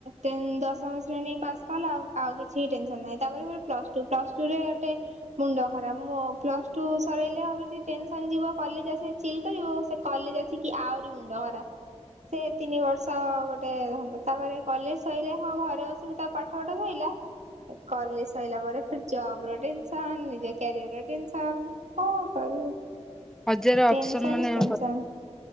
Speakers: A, on the right (about 80°); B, in the centre.
A: ଟେନ ଦଶମ ଶ୍ରେଣୀ ପାସ୍ କଲା ଆଉ ଆଉ କିଛି ଟେନସନ ନାହିଁ ତାପରେ ପ୍ଲସ୍ ଟୁ। ପ୍ଲସ ଟୁ ରେ ଗୋଟେ ମୁଣ୍ଡ ଖରାପ ମୁ ପ୍ଲସ ଟୁ ସରେଇଲେ ଟେନସନ ଯିବ କଲେଜ ଆସି ଚିଲ କରିବୁ ସେ କଲେଜ ଆସିକି ଆହୁରି ମୁଣ୍ଡ ଖରାପ ସେ ତିନି ବର୍ଷ ତ ଗୋଟେ ଧନ୍ଦା ତାପରେ କଲେଜ ସଇିଲେ ହଁ ଘରେ ବସିବୁ ତା ପାଠ ସାଠ ସଇଲା କଲେଜ ସରିଲା ପରେ ଫେର୍ ଜବ ର ଟେନସନ ନିଜ କ୍ୟାରିୟର ଟେନସନ କଣ କରିବୁ।
B: ହଜାର
A: ଟେନସନ
B: ଅପସନ ମାନେ
A: ହିଁ ଟେନସନ